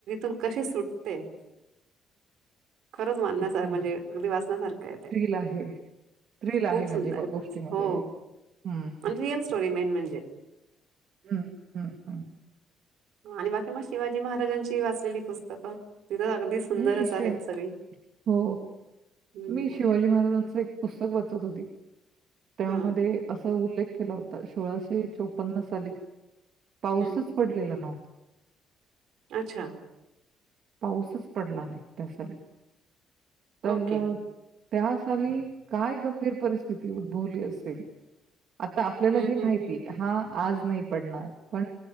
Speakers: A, on the right; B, on the right.
A: मग कशी सुटते खरंच मानण्यासार
B: ओके.
A: म्हणजे अगदी वाचण्यासारखं आहे ते
B: थ्रिल आहे. थ्रिल
A: खूप
B: म्हणजे
A: सुंदर
B: ब
A: आहे
B: गोष्टीमध्ये.
A: खूप हो
B: हं,
A: म्ह
B: हं,
A: रिअल
B: हं,
A: स्टोरी मेन म्हणजे
B: हं, हं, हं.
A: आणि बाकी मग शिवाजी महाराजांची वाचलेली पुस्तकं तिथं अगदी सुंदरच
B: मी
A: आहेत
B: शि
A: सगळी
B: हो
A: हम्म
B: मी शिवाजी महाराजांचं एक पुस्तक वाचत होती त्यामध्ये
A: हा
B: असा उल्लेख केला होता सोळाशे चौपन्न साली पाऊसच
A: हम्म
B: पडलेला नव्ह
A: अच्छा
B: पाऊसच पडला नाही त्या साली तर
A: ओके
B: त्या साली काय गंभीर परिस्थिती उद्भवली असेल आता आपल्याला
A: हम्म
B: हे माहितीय
A: हम्म हम्म
B: हा आज नाही पडणार पण